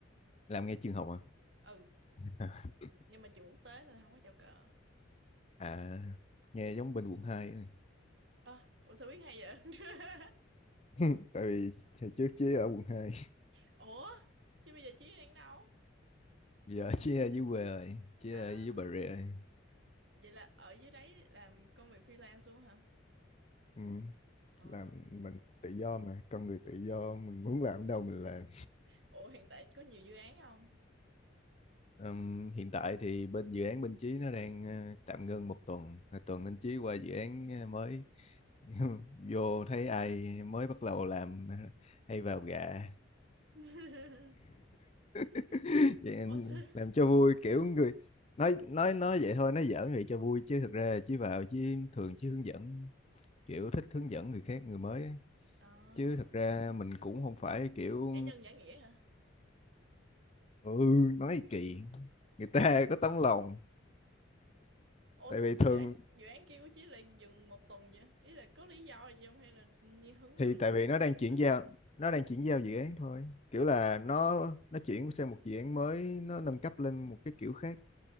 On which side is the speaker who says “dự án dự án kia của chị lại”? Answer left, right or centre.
Right